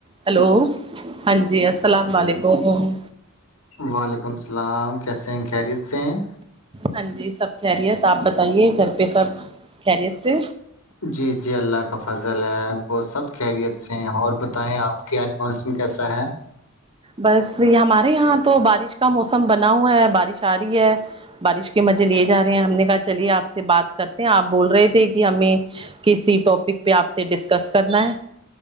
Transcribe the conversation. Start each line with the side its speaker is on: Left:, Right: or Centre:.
Right: hello ہاں جی السلام ععلیکم وہ وہ
Left: وعلیکم السلام کیسے ہیں خیریت سے ہیں
Right: ہاں جی سب خیریت آپ بتائیے گھر پہ سب خیریت سے
Left: جی جی اللہ کا فضل ہے وہ سب خریت سے ہیں اور بت ہے آپ کے آج موسم کیسا ہے
Right: بس یہ ہمارے یہاں تو بارش کا موسم بنا ہوا ہے بارش آ رہی ہے بارش کے مزے لیے جا رہے ہیں ہم نے کہا چلیے آپ سے بات کرتے ہیں آپ بول رہے تھے کہ ہمیں کسی ٹاپک پہ آپ سے ڈسکس کرنا ہے